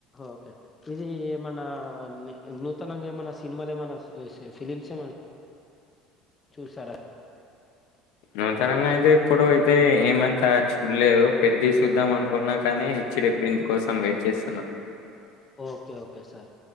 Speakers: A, on the left (about 25°); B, on the left (about 80°).
A: ఓకే ఇది ఏమన్నా నూతనంగా ఏమన్నా సినిమాలు ఏమైన్నా ఫిలిమ్స్ ఏమన్నా చూసారా
B: నూతనంగా అయితే ఇప్పుడు అయితే ఏమంత చూడలేదు పెద్ది సూద్దాం అనుకున్నా కానీ హెచ్డి ప్రింట్ కోసం వెయిట్ చేస్తున్నా
A: okay okay sir